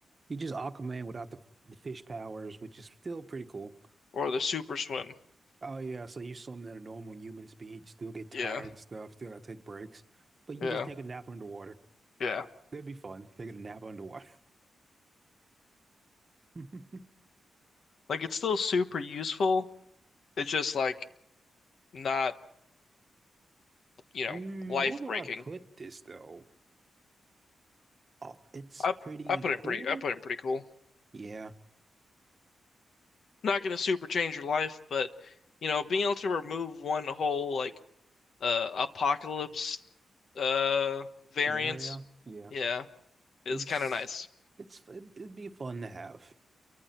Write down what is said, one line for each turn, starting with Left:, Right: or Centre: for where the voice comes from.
Right: You just Aquaman without the the fish powers, which is still pretty cool.
Left: or the super swim.
Right: Oh yeah, so you swim at a normal human speed, you still get tired
Left: Yeah,
Right: and stuff, still gotta take breaks, but you
Left: yeah,
Right: can just take a nap underwater.
Left: yeah.
Right: That'd be fun, taking a nap underwater. <laughs> hmm
Left: Like it's still super useful. It's just like not, you know,
Right: Mm,
Left: life
Right: where would
Left: breaking.
Right: I put this though? Oh, it's
Left: I
Right: pretty
Left: I put
Right: cool.
Left: in pretty I put in pretty cool.
Right: Yeah.
Left: Not gonna super change your life, but you know, being able to remove one whole like uh apocalypse uh variant.
Right: Scenario. Yeah.
Left: Yeah, it's
Right: It's
Left: kind of nice,
Right: it's it- it'd be fun to have.